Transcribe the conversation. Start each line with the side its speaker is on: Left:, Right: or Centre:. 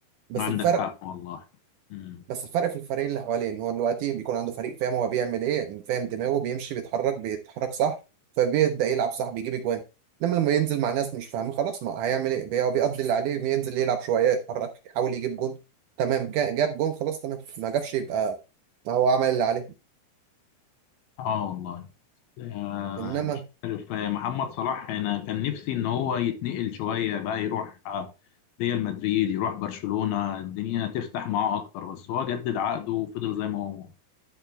Right: بس
Left: عندك
Right: الفرق
Left: حق والله امم
Right: بس الفرق في الفريق اللي حواليه ان هو دلوقتي بيكون عنده فريق فاهم هو بيعمل ايه يعني فاهم دماغه بيمشي بيتحرك بيتحرك صح فبيبدا يلعب صح بيجيب اجوان انما لما ينزل مع ناس مش فاهمه خلاص ما هيعمل ايه بي- هو بيقضي اللي عليه بينزل يلعب شويه يتحرك يحاول يجيب جون تمام جا- جاب جون خلاص تمام ما جابش يبقى ما هو عمل اللي عليه
Left: اه والله آه،
Right: انما
Left: مش عارف آه، محمد صلاح انا كان نفسي ان هو يتنقل شويه بقى يروح آه، ريال مدريد يروح برشلونه الدنيا تفتح معاه اكتر بس هو جدد عقده وفضل زي ما هو